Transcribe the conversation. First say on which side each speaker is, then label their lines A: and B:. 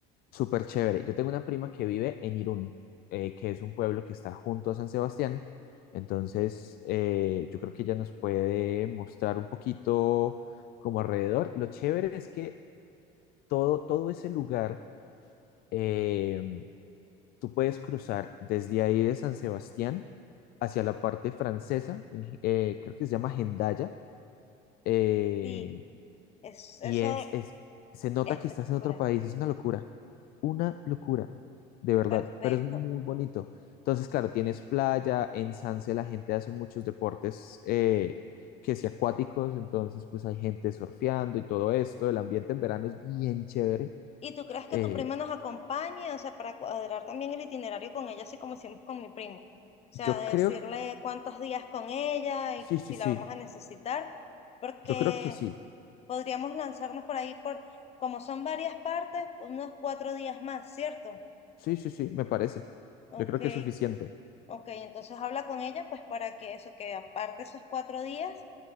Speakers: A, on the left; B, on the left.
A: Súper chévere. Yo tengo una prima que vive en Irún, eh, que es un pueblo que está junto a San Sebastián. Entonces, eh, yo creo que ella nos puede mostrar un poquito como alrededor. Lo chévere es que todo, todo ese lugar, eh, tú puedes cruzar desde ahí de San Sebastián hacia la parte francesa, en- eh, creo que se llama Hendaya. eh,
B: Sí, es,
A: y
B: eso
A: es, es, se nota
B: es espectacular.
A: que estás en otro país, es una locura, una locura, de verdad,
B: Perfecto.
A: pero es muy bonito. Entonces, claro, tienes playa, en Sanse la gente hace muchos deportes eh, que si acuáticos, entonces pues hay gente surfeando y todo esto, el ambiente en verano es bien chévere.
B: ¿Y tú crees
A: Eh,
B: que tu prima nos acompañe? O sea, para cuadrar también el itinerario con ella, así como hicimos con mi primo. O
A: yo
B: sea, decirle
A: creo,
B: cuántos días con ella
A: sí,
B: y si
A: sí, sí,
B: la vamos a necesitar, porque
A: yo creo que sí,
B: podríamos lanzarnos por ahí por, como son varias partes, unos cuatro días más, ¿cierto?
A: sí, sí, sí, me parece.
B: Ok,
A: Yo creo que es suficiente.
B: ok. Entonces habla con ella, pues para que eso, que aparte esos cuatro días.